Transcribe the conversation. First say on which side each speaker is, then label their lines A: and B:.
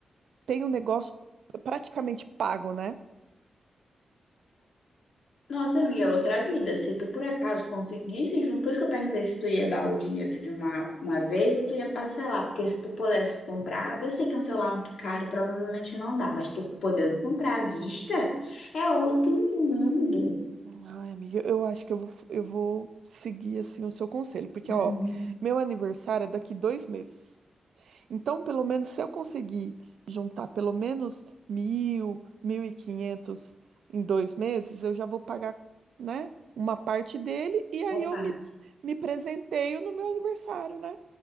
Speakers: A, on the right; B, on the left.
A: tem um negócio praticamente pago, né?
B: Nossa, amiga, é outra vida. Se tu por acaso conseguisse junto, por isso que eu perguntei se tu ia dar o dinheiro de uma, uma vez ou tu ia parcelar, porque se tu pudesse comprar, eu sei que é um celular muito caro, provavelmente não dá, mas tu podendo comprar à vista é outro mundo.
A: Ai, amiga, eu acho que eu vou, eu vou seguir, assim, o seu conselho, porque,
B: Uhum.
A: ó, meu aniversário é daqui dois meses. Então, pelo menos, se eu conseguir juntar pelo menos mil, mil e quinhentos em dois meses, eu já vou pagar, né, uma parte dele e aí
B: Boa
A: eu
B: parte.
A: me, me presenteio no meu aniversário, né?